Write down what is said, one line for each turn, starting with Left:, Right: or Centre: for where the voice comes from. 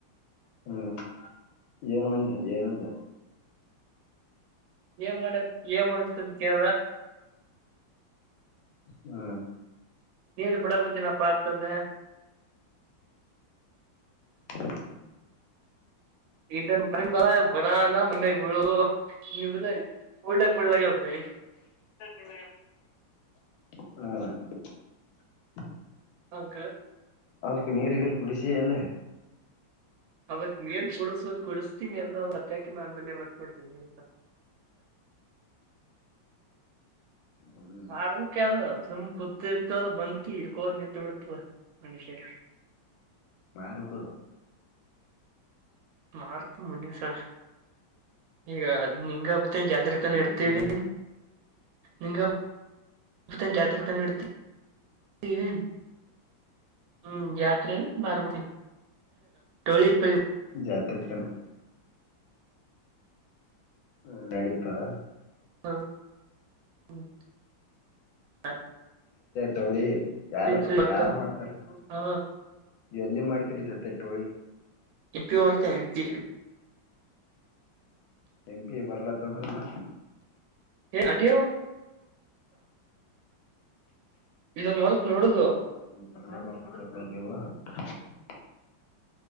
Left: ಹ್ಮ ಜಯನಂದ ಜಯನಂದ
Right: ಏನ್ ಮಾಡ ಏನ್ ಮಾಡತದ ಕ
Left: ಹಾ
Right: ನೀರ್ ಬುಡಕತ್ತಿನಪ್ಪ ಅಂತ ಅಂದೆ
Left: ಹ್ಮ
Right: ಇನ್ ಪಂದರ ಬರಾನ ಮೊನ್ಯಾಗ ಬೀಳಡ್ಲಕ್ ಬಡ್ಲಕ್ಕ್ರೀ
Left: ಹಾ
Right: ಹೌಕ
Left: ಅವಕ್ಕೆ ನೀರುಗೇರು ಕುಡಸೇ ಅಲ್ಲ
Right: ಅವಕ್ ನೀರ್ ಕುಡಿಸ ಕುಡಿಸತೀ ಎಲ್ಲ ಮತ್ತಾಕ ನನ್ ಬೇ ಬರ್ತೊಡ್ರಿ ನೀ
Left: ಹ್ಮ್
Right: ಆರ್ಮಕ್ಕೆ ಅಲ್ ಸುಮ್ ಗೊತ್ತ ಇರ್ತವಲ್ಲ ಬಂದ್ಕಿ ಇಡ್ಕೋದ್ ನಿಂತ ಬಿಡ್ತವ ಮನುಷ್ಯರ
Left: ಬಾರ ಎಡ
Right: ಮಾರ್ತಿ ಮುನಿಯಸ ಈಗ ಅದ್ ನಿಂಗ ಜಾತ್ರೆ
Left: ನಿಮ್ಮ
Right: ತನ
Left: ಮಕ್ಳಿಗೆ
Right: ಇಡ್ತೀವಿ ನಿಂಗ ಇ ತನ್ನ ಜಾತ್ರೆ ಇಡ್ತೀವಿ ಹ್ಮ್ ಯಾತ್ರೆ ಮಾರ ಳಿ ತಳಿ
Left: ಜಾತ್ರೆ ಕಲ್ಲ ಹ ನಡತಾವ
Right: ಹಾ ಹ್ಮ್ ಹ
Left: ತೋಳಿ ಯಾರು
Right: ಪಳಿ ಬರ್ತಾವ
Left: ಯಾರು ಮಾಡ್ತಾರೆ
Right: ಹಾ
Left: ನೀ ಎಲ್ಲಿ ಮಾಡ್ತೀರಿ ಸತ್ಯ ಟೋಳಿ
Right: ಎಂಪಿಒ ಒನ್ಕ ಎಂಪಿ
Left: ಎಂಪಿ ಬರ್ಲ ತಂದರಲಿಲ್ಲ
Right: ಅ ದೇವರ ಇದನ್ ಹೊಲಕ್ ನೋಡುದು
Left: <inaudible>